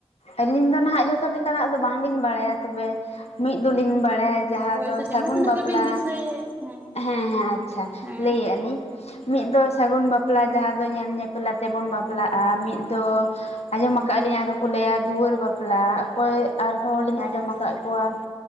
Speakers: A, on the left; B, on the right.
A: ᱟᱹᱞᱤᱧ ᱫᱚ ᱱᱟᱦᱟᱜ ᱡᱚᱛᱚ ᱞᱮᱠᱟᱱᱟᱜ ᱫᱚ ᱵᱟᱝᱞᱤᱧ ᱵᱟᱲᱟᱭᱟ ᱛᱚᱵᱮ ᱢᱤᱫ ᱫᱩᱞᱤᱧ ᱵᱟᱲᱟᱭᱟ ᱡᱟᱦᱟᱸ
B: ᱦᱳᱭᱛᱚ
A: ᱫᱚ
B: ᱡᱟᱦᱟᱸ
A: ᱥᱟᱹᱜᱩᱱ
B: ᱛᱤᱱᱟᱹᱜ
A: ᱵᱟᱯᱞᱟ ᱾
B: <unintelligible> ᱦᱮᱸ᱾
A: ᱦᱮᱸ ᱦᱮᱸ ᱟᱪᱪᱷᱟ
B: ᱦᱮᱸ
A: ᱞᱟᱹᱭ ᱟᱞᱤᱧ ᱢᱤᱫ ᱫᱚ ᱥᱟᱹᱜᱩᱱ ᱵᱟᱯᱞᱟ ᱡᱟᱦᱟᱸ
B: ᱦᱮᱸ
A: ᱫᱚ ᱧᱮᱞ ᱧᱮᱯ ᱛᱟᱞᱟ ᱛᱮᱵᱚᱱ ᱵᱟᱯᱞᱟᱜᱼᱟ ᱢᱤᱫ ᱫᱚ ᱟᱸᱡᱚᱢ
B: ᱦᱮᱸ
A: ᱠᱟᱜ ᱟᱞᱤᱧ
B: ᱦᱮᱸ
A: ᱟᱨᱦᱚᱸ ᱞᱟᱹᱭᱟ ᱫᱩᱣᱟᱹᱨ ᱵᱟᱯᱞᱟ ᱚᱠᱚᱭ ᱟᱨᱦᱚᱸ ᱞᱤᱧ
B: ᱦᱳᱭ
A: ᱟᱸᱡᱚᱢ ᱠᱟᱜ ᱠᱚᱣᱟ